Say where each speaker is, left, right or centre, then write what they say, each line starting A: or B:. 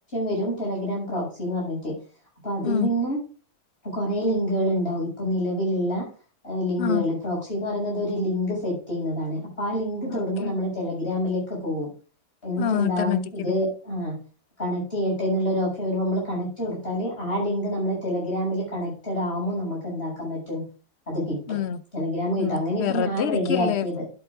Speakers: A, on the left (about 35°); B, on the left (about 55°).
A: വരും ടെലഗ്രാം പ്രോക്സിന്ന് പറഞ്ഞിട്ട് അപ്പൊ അതിൽ
B: ഉം
A: നിന്ന് കുറേ ലിങ്കുകൾ ഉണ്ടാവും ഇപ്പൊ നിലവിലുള്ള ലിങ്കുകൾ
B: ആ
A: പ്രോക്സിന്ന് പറയുന്നത് ഒരു ലിങ്ക് സെറ്റ് ചെയ്യുന്നതാണ് അപ്പൊ ആഹ് ലിങ്ക് തൊടുമ്പോ
B: ഓക്കെ
A: നമ്മള് ടെലഗ്രാമിലേക്ക് പോകും. എന്നിട്ട്
B: ആ
A: എന്താവും
B: ഓട്ടോമാറ്റിക്കലി
A: ഇത് ആഹ് കണക്ട് ചെയ്യട്ടെ എന്നുള്ളൊരു ഓപ്ഷൻ വരുമ്പോൾ നമ്മള് കണക്ട് കൊടുത്താല്. ആഹ് ലിങ്ക് നമ്മളെ ടെലഗ്രാമില് കണക്റ്റഡ് ആകുമ്പോൾ നമുക്ക് എന്താക്കാൻ പറ്റും. അത് കിട്ടും
B: ഉം
A: ടെലഗ്രാമ് കിട്ടും
B: ഉം
A: അങ്ങനെ ഇപ്പൊ
B: വെറുതെ
A: ഞാൻ
B: ഇരിക്കല്ലേ
A: റെഡിയാക്കിയത്